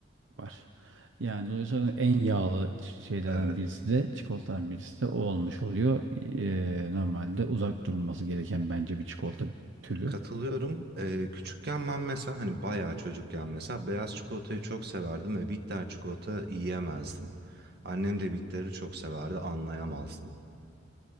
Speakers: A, on the right (about 75°); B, on the right (about 55°).
A: var. Yani dolayısıyla en yağlı ç- şeylerden
B: Evet.
A: birisi de çikolatadan birisi de o olmuş oluyor. Ee, normalde uzak durulması gereken bence bir çikolata türü.
B: Katılıyorum. Ee, küçükken ben mesela hani bayağı çocukken mesela beyaz çikolatayı çok severdim ve bitter çikolata yiyemezdim. Annem de bitteri çok severdi, anlayamazdım.